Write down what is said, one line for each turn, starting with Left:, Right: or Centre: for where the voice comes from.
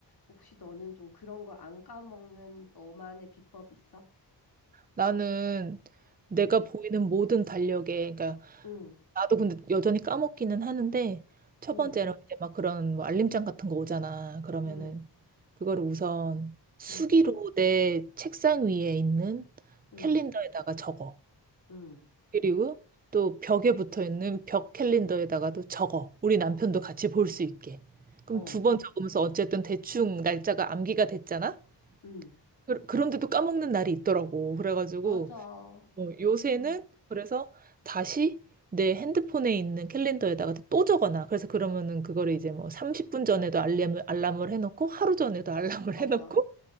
Left: 혹시 너는 좀 그런 걸 안 까먹는 너만의 비법이 있어?
Right: 나는 내가
Left: 응,
Right: 보이는 모든 달력에, 그러니까
Left: 응,
Right: 나도 근데 여전히 까먹기는 하는데 첫
Left: 응,
Right: 번째로 이제 막 그런 뭐 알림장 같은 거 오잖아. 그러면은
Left: 응,
Right: 그거를 우선 수기로
Left: 응,
Right: 내 책상 위에 있는
Left: 응,
Right: 캘린더에다가 적어.
Left: 응,
Right: 그리고 또 벽에 붙어 있는 벽 캘린더에다가도 적어. 우리 남편도 같이 볼 수 있게. 그럼
Left: 어,
Right: 두 번 적으면서 어쨌든 대충 날짜가 암기가 됐잖아?
Left: 응,
Right: 그, 그런데도 까먹는 날이 있더라고. 그래가지고
Left: 맞아.
Right: 어, 요새는
Left: 응,
Right: 그래서 다시 내 핸드폰에 있는 캘린더에다가 또 적어놔. 그래서 그러면은 그거를 이제 뭐 30분 전에도 알람을, 알람을 해놓고 하루 전에도 알람을
Left: 맞아.
Right: <laughs> 해놓고